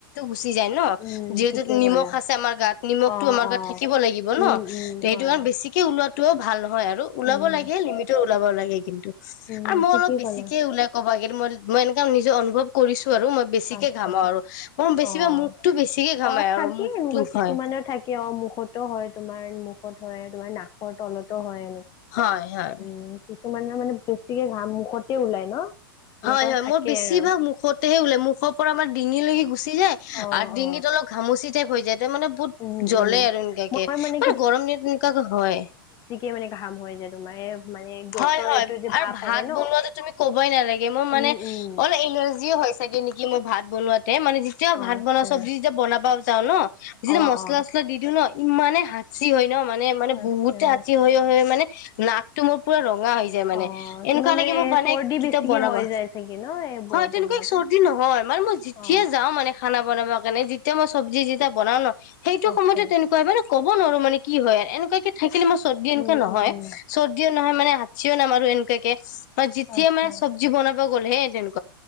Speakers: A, on the left; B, on the left.
A: গুছি যায় ন।
B: উম,
A: যিহেতু
B: ঠিকে
A: নিমষ
B: ক'লা।
A: আছে আমাৰ গাত নিমষ
B: অ', অ',
A: থাকিব লাগিব ন।
B: উম, উম,
A: তে
B: হয়
A: বেছিকে ওলোৱাতটোও ভাল হয় আৰু ওলাব
B: উম,
A: লাগে লিমিটত ওলাব লাগে কিন্তু।
B: উম,
A: আৰু মই
B: ঠিকেই
A: অলপ বেছিকে
B: ক'লা
A: ওলাই কবা গ'লে মই মই এনেকা নিজে অনুভৱ কৰিছো। আৰু মই বেছিকে
B: আচ্ছা
A: ঘামা আৰু। মোৰ বেছিভাগ
B: অ',
A: মুখটো বেছিকে ঘামাই
B: অ'
A: আৰু
B: থাকি
A: মুখটো
B: এনেকুৱা
A: হয়।
B: কিছুমানে থাকি তেওঁ মুখতো হয় তোমাৰ মুখত হয় তোমাৰ নাকৰ তলতো হয়
A: হয় হয়
B: উম কিছুমানৰ মানে বেছিকে ঘাম মুখতে ওলাই ন। সেনেকুৱা
A: হয়, হয়
B: থাকে
A: মোৰ বেছি
B: আৰু
A: ভাগ মুখতেহে উলায় মুখৰ পৰা আমাৰ ডিঙি লৈকে গুছি গুছি় যায়
B: অ
A: আৰু ডিগিত
B: অ
A: অলপ ঘামুচি টাইপ হৈ যায়। মানে বহুত
B: উম
A: জ্বলে
B: উম
A: আৰু এনেকাকে
B: মই মানে
A: মে গৰম দিনত এনেুৱাকে হয়।
B: এয়া মানে ঘাম হয় যে তোমাৰ মানে গেছৰ
A: হয় হয়
B: এইটো যে
A: আৰু
B: ভাপ
A: ভাত
B: আহে ন
A: বনোৱাতে তুমি ক'বই নালাগে মোৰ মানে
B: উম উম
A: অলপ এলাৰ্জিও হয় চাগে নেক কি মই ভাত বনোৱা মানে যেতিয়া
B: অ
A: ভাত
B: আচ্ছা
A: বন চব্জি যেতিয়া বনাব যাও ন যেতিয়া
B: অ
A: মছলা
B: অ
A: চচলা দি দিওঁ ন ইমানে হাঁচি হয় ন মানে মানে
B: আচ্ছা
A: বহুতে হাঁচি হয় হয় মানে নাকটো মোৰ পুৰা ৰ ৰঙা হৈ যায় মানে
B: অ
A: এনেকুৱা
B: তোমাৰ
A: লাগে মোক মানে
B: চৰ্দি
A: কিতাপ
B: বেছিকে
A: বনাবা
B: হৈ যায় চাগে ন এইবোৰ
A: হয় তেনেকুৱা
B: বনোৱাতে
A: এক চৰ্দি ন হয় মানে মই যেতিয়ে
B: অ
A: যাও মানে খানা বনাব কাৰণে যেতিয়া মই চব্জি যেতিয়া বনাও ন সেইটো
B: আচ্ছা
A: সময়তো তেনেকুৱা হয় মানে ক'ব নোৱাৰো মানে কি হয় আৰু এনেকুৱা কি থাকিলে মই চৰ্দি এনেকে
B: উম
A: নহয়
B: উম
A: চৰ নহয় মানে হাচিও নামাৰো আৰু এনেকুৱাকে মানে যেতিয়া
B: আচ্ছা
A: মানে চবজি বনাব গ'ল হে তেনেকোৱা